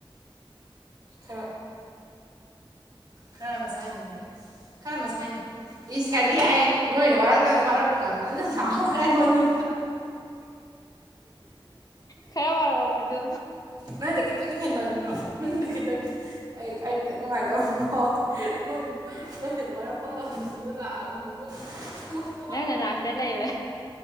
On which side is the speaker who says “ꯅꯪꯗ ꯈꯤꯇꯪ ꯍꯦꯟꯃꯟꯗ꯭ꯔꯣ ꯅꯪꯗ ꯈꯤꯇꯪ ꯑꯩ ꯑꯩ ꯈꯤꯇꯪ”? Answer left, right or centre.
Right